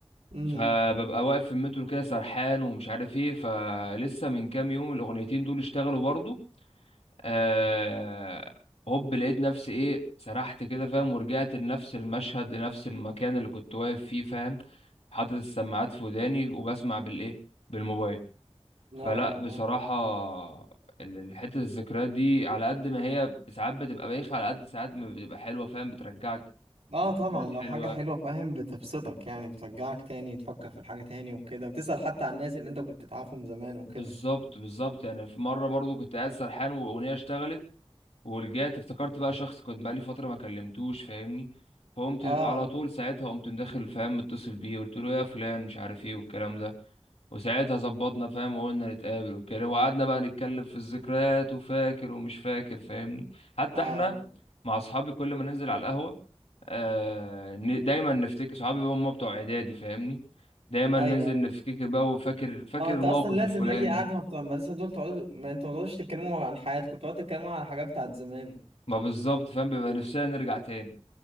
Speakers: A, on the right; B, on the left.
A: امم
B: فببقى واقف في المترو كده سرحان ومش عارف ايه فلسه من كام يوم الاغنيتين دول اشتغلوا برضو آه هوب لقيت نفسي ايه سرحت كده فاهم ورجعت لنفس المشهد لنفس المكان اللي كنت واقف فيه فاهم حاطط السماعات في وداني وبسمع بالايه بالموبايل
A: لا
B: فلا
A: اه
B: بصراحة ال- الحتة الذكريات دي على قد ما هي ساعات بتبقى بايخة على قد ساعات ما بتبقى حلوة فاهم بترجعك
A: اه
B: ذكريات
A: آه، طبعا لو
B: حلوة
A: حاجة حلوة فاهم بتبسطك يعني بترجعك تاني تفكر في الحاجة تاني وكده وتسأل حتى عن الناس اللي انت كنت تعرفهم زمان وكده
B: بالظبط بالظبط يعني في مرة برضو كنت قاعد سرحان وأغنية اشتغلت ورجعت افتكرت بقى شخص كنت بقالي فترة ما كلمتوش فاهمني فقمت
A: اه
B: على طول ساعتها قمت مدخل فاهم متصل بيه قلت له يا فلان مش عارف ايه والكلام ده وساعتها ظبطنا فاهم وقلنا نتقابل وكده وقعدنا بقى نتكلم في الذكريات وفاكر ومش فاكر فاهمني حتى
A: اه
B: احنا
A: آه.
B: مع اصحابي كل ما ننزل على القهوة آه ن- دايما نفتكر صحابي بقى هم بتوع اعدادي فاهمني دايما
A: ايوه
B: ننزل
A: أيوة.
B: نفتكر بقى وفاكر فاكر
A: اه انت
B: الموقف
A: اصلا لازم
B: الفلاني
A: اي قعدة ما بتوع المدرسة دول تقعدوا ما انتوا ما تقعدوش تتكلموا عن حياتكم بتقعدوا تتكلموا عن الحاجات بتاعت زمان
B: ما بالظبط فاهم بيبقى نفسنا نرجع تاني